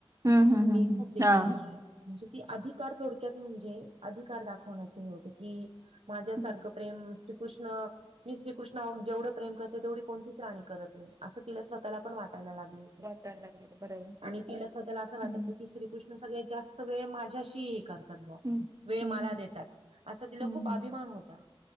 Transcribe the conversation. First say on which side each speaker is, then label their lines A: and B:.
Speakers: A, on the right; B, on the right.
A: हम्म हम्म
B: मी
A: हम्म हम्म
B: खूप देखनीये
A: हा.
B: म्हणजे ती अधिकार थोडक्यात म्हणजे अध दाखवण्याचत की माझ्यासारखं
A: हम्म
B: प्रेम श्रीकृष्ण. मी कृष्णा जेवढं प्रेम करते तेवढी कोणतीच राणी करत नाही. असं तिला स्वतःला पण वाटायला लागलंय होत.
A: वाचायला लागलेलं बरं आहे.
B: आणि तिला स्वतःला असं वाटयच
A: हम्म
B: की श्री कृष्ण सगळ्यात जास्त वेळ माझ्याशी हे करतात ब
A: हम्म
B: वेळ
A: हम्म
B: मला देतात, असं तिला
A: हम्म
B: खूप
A: हम्म
B: अभिमान होता.